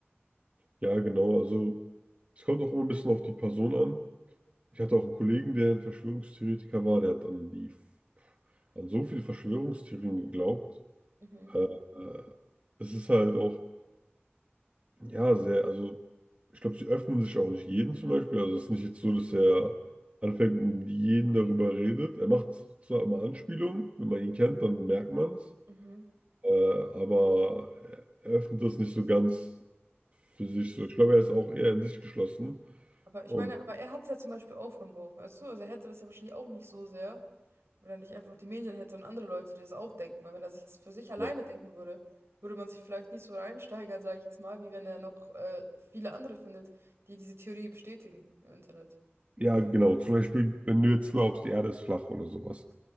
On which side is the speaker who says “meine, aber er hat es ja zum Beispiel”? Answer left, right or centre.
Right